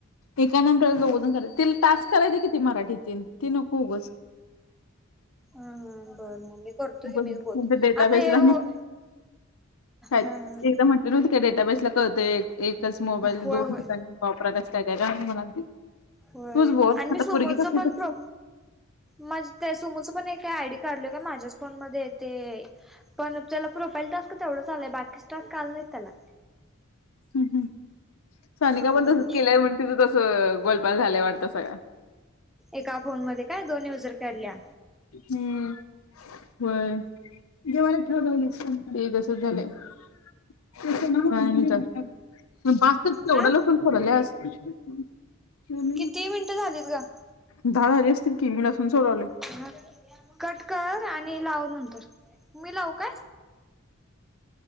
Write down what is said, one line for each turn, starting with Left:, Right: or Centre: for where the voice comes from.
Left: एका नंतर दोघंजण करा तला टास्क करायच किती मराठीत ती नकोगच
Centre: हा हा बरं मम्मी करतो
Left: उगच
Centre: हे मी बोलतो
Left: कोणत्या डेटाबेसला
Centre: आता हे ह
Left: मी काय
Centre: ह.
Left: <unintelligible> काय डेटाबेस ला कळतय एकच मोबाईल
Centre: होय
Left: दोन
Centre: होय
Left: ठिकाणी वापरातच काय का म्हणा?
Centre: होय
Left: तूच बोल
Centre: आणि मी
Left: आता
Centre: समोरचं
Left: पुरगीच <unintelligible>
Centre: पण प्रो माझ त्या सुमोचं पण एक आयडी काढल का माझ्याच फोन मध्ये ते पण त्याला प्रोफाईल टास्क तेवढंच आलंय बाकीच टास्क आला नाही त्याला.
Left: हम हम सानिका
Centre: असं
Left: पण
Centre: झालं
Left: तसच केलंय म्हणून तुझं तस गोलमाल झालंय वाटत सगळा
Centre: एका फोन मध्ये काय दोन युजर काढल्या
Left: हम्म. होय! जे मला <unintelligible> झालंय. <inaudible> <inaudible>
Centre: हा किती मिनिटं झालीत गं?
Left: दहा झाली असतील की मी लसून सोलायले.
Centre: हा कट कर आणि लाव नंतर मी लावू काय?